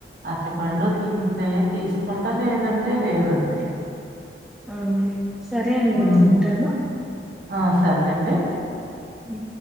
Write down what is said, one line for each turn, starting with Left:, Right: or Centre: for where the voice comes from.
Right: అట్టిపండు తింటే తీసుకుంటా లేదంటే లేదండి
Centre: అవునండి సరే అండి అయితే
Right: ఉమ్
Centre: ఉంటాను
Right: ఆ సర్లేండి
Centre: ఉ